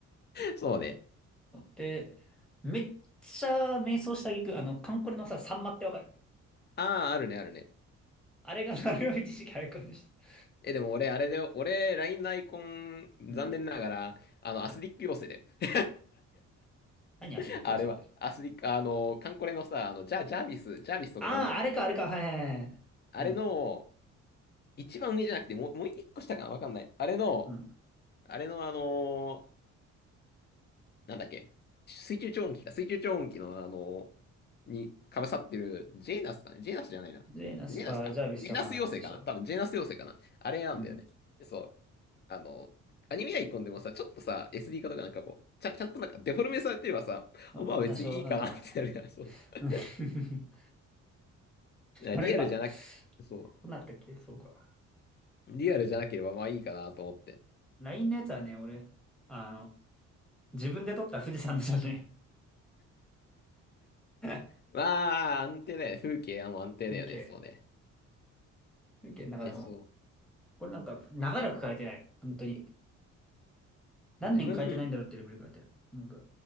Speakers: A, on the left; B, in the centre.
A: そうね。
B: で、めっちゃ迷走した挙句、あの、カンコレのさ、サンマってわかる
A: ああ、あるね、あるね。
B: あれが、<laughs> あれを一時期アイコンでした。
A: え、でも俺、あれだよ。俺、LINE のアイコン、残念ながら、
B: うん。
A: あの、
B: あ、
A: アスリック妖精だ
B: 何アスリック寄せって。
A: よ。あれは、アスリック、あの、カンコレのさ、あの、ジャ、ジャービス、ジャービスとかが持ってくる、
B: ああ、あれか、
A: あの、
B: あれか、はいはいはい。
A: あれの、
B: うん。
A: 一番上じゃなくて、もう、もう一個下かなわかんない。あれの、
B: うん。
A: あれのあのーなんだっけ、水中超音機か、水中超音機のあのーに被さってる、ジェーナスかなジェーナスじゃないな。
B: で、ナスか、
A: ジェーナスか。
B: ジャービスとかのやつでしょ。
A: ジェーナス妖精かな多分ジェーナス妖精かな。あれなんだよね。
B: うん。
A: そう。あのーアニメアイコンでもさ、ちょっとさ、SD 化とかなんかこう、ちゃん、ちゃんとなんかデフォルメされてればさ、
B: あー多少、
A: あまあ別にいいかなってなるから、
B: なんとかなる。
A: <laughs> そうそ
B: うん <laughs>
A: う。だからリアルじゃなく、
B: あれか。
A: そ
B: どうなったっけそうか。
A: う。リアルじゃなければまあいいかなと思って。
B: LINE のやつはね、俺、あの、自分で撮った富士山の写真。<laughs>
A: まあ、安定だよね。風景はもう安定だよね。
B: 風景。
A: そうね。
B: 風景の中でも。
A: え、そ
B: これなんか、長らく変えてないよ。本当に。何年変えてないんだろうってレベル変えてる。
A: う。自分、
B: なんか、